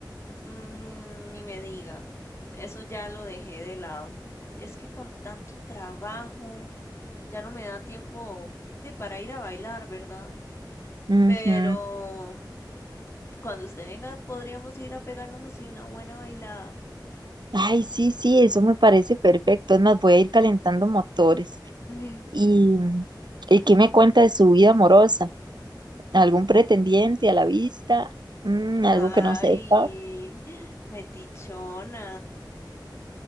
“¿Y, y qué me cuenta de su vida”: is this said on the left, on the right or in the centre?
Right